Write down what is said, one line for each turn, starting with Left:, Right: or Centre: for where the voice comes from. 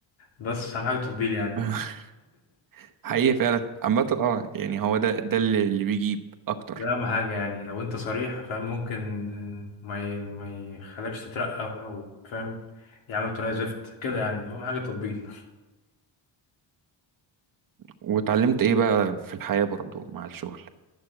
Left: بس اهم حاجه التطبيل يعني
Right: <laughs> حقيقي فعلا عامة اه يعني هو ده ده اللي اللي بيجيب اكتر
Left: ده اهم حاجه يعني لو انت صريح فاهم ممكن ما ي... ما يخلكش تترقى او فاهم يعني بطريقه زفت كده يعني اهم حاجه تطبيل
Right: واتعلمت ايه بقى في الحياة برضو مع الشغل